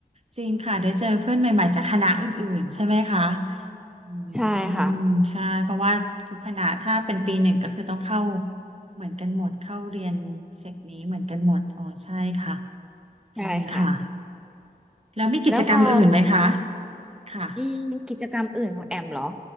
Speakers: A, on the right (about 40°); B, in the centre.
A: จริงค่ะได้เจอเพื่อนใหม่ๆจากคณะอื่นๆใช่ไหมคะอื
B: ใช่ค่ะ
A: มใช่เพราะว่าทุกคณะถ้าเป็นปีหนึ่งก็คือต้องเข้าเหมือนกันหมดเข้าเรียนเซกนี้เหมือนกันหมดอ๋อใช่ค่ะ
B: ใช่ค่ะ
A: จริงค่ะแล้วมีกิจกรรมอื่นไหมคะ
B: แล้วพอ
A: ค่ะ
B: อืมกิจกรรมอื่นของแอมเหรอ